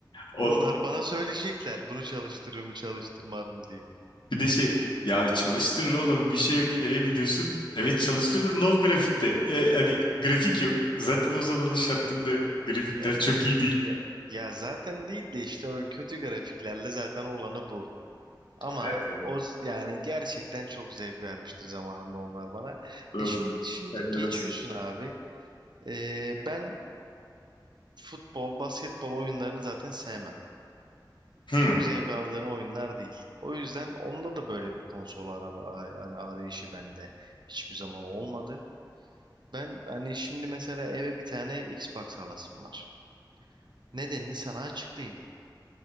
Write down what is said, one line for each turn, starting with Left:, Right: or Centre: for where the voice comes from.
Left: O
Right: Onlar bana söyleyecekler bunu çalıştırır mı çalıştırmaz mı diye.
Left: bir de şey ya çalıştırır oğlum bir şey yok eve gidiyorsun. Evet çalıştırır low grafikte. Ya, hani grafik yok. Zaten o zamanın şartlarında grafikler
Right: Ya,
Left: çok
Right: ta-
Left: iyi değil.
Right: ya, ya zaten değil de işte o kötü grafiklerle zaten olanı bu. Ama
Left: Evet. evet.
Right: o z- yani gerçekten çok zevk vermiştir zamanında onlar bana.
Left: Öf.
Right: E şimdi şimdi
Left: Sen
Right: geçiyorsun
Left: de nasıl?
Right: abi. E, ben futbol, basketbol oyunlarını zaten sevmem.
Left: Hmm.
Right: Çok zevk aldığım oyunlar değil. O yüzden onda da böyle bir konsol arama a- yani arayışı bende hiçbir zaman olmadı. Ben hani şimdi mesela eve bir tane Xbox alasım var. Nedenini sana açıklayayım.